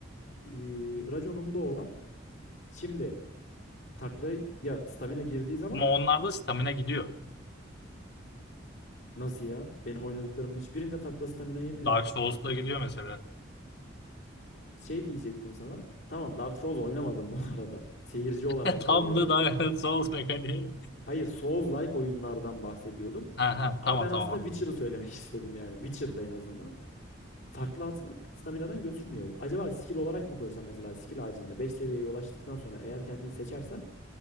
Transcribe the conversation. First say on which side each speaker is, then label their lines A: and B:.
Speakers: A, on the left; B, on the left.
A: Ee, Rajon'un da o var. Şimdi taklaya stamina girdiği zaman
B: Ama onlarda stamina gidiyor.
A: nasıl ya? Benim oynadıklarımın hiçbirinde takla stamina yemiyor.
B: Dark Souls'la gidiyor mesela.
A: Şey diyecektim sana. Tamam Dark Souls oynamadım <laughs> bu arada. Seyirci
B: <laughs>
A: olarak söylüyorum.
B: Tam da Dark Souls mekaniği.
A: Hayır Souls-like oyunlardan bahsediyordum.
B: Ha ha
A: Ama
B: tamam
A: ben
B: tamam
A: aslında
B: anladım.
A: Witcher'ı söylemek <laughs> istedim yani. Witcher'da en azından. Takla atmak staminadan götürmüyor. Acaba skill olarak mı koysan mesela skill ağacında 5 seviyeye ulaştıktan sonra eğer kendini seçersen